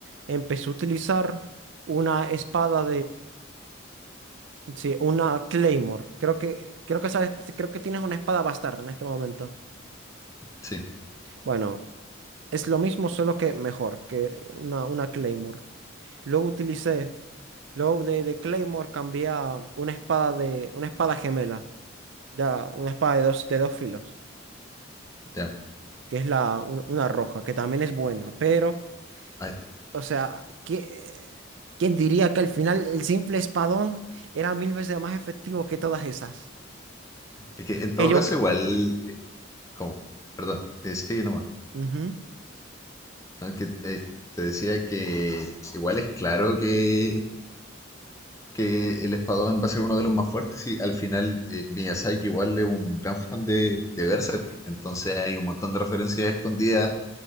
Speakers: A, on the right (about 65°); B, on the left (about 15°).
A: empecé a utilizar una espada Sí, una Claymore. Creo que, creo que sabes, creo que tienes una espada bastarda en este momento.
B: sí,
A: Bueno, es lo mismo, solo que mejor que una, una Claymore. Luego utilicé, luego de, de Claymore cambié a una espada de, una espada gemela. Ya, una espada de dos, de dos filos,
B: ya.
A: que es la, un- una roja, que también es buena. Pero,
B: Ay,
A: o sea, ¿qué- ¿quién diría que al final el simple espadón era mil veces más efectivo que todas esas?
B: es que en todo
A: Que yo
B: caso, igual, eh, como, perdón, eh, sí, nomás.
A: que.
B: Aunque eh, te decía que igual es claro que, que el espadón va a ser uno de los más fuertes y al final eh, Miyazaki igual es un gran fan de, de Berserk, entonces hay un montón de referencias escondidas